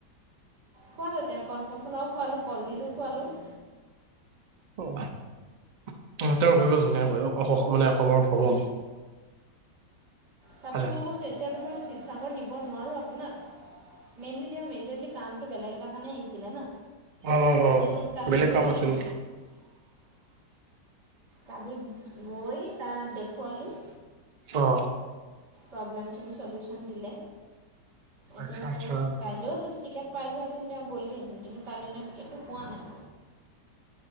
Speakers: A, on the right; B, on the right.
A: খোৱালোঁ তেওক, কল পচলাওঁ খোৱালোঁ, কলডিলো খোৱালোঁ।
B: অ', তেওঁৰ হৈ গ'ল মানে অ-অসমৰ ভ্ৰমণ।
A: তাতো
B: ভালে
A: মই কৈছো এতিয়াতো মই শিৱসাগৰ নিব নোৱাৰো আপোনাক, মেইনলি দিয়া মেজৰলী কামটো বেলেগ এটা কাৰণে আহিছিলে না।
B: অ',
A: সেইটো কালি
B: বেলেগ
A: গৈ
B: কাম
A: আহিলোঁ
B: আছিল।
A: কালি গৈ তাত দেখুৱালোঁ।
B: অ'।
A: প্ৰব্লেমখিনি চলিউচন দিলে। এতিয়া
B: আচ্ছা
A: তেওঁ
B: আচ্ছা
A: যদি কাইলৈও যদি টিকেট পাইযোৱা হেতেন তেওঁ গ'লগৈহেতেন, কিন্তু কাইলৈ তেওঁ টিকেটটো পোৱা নাই।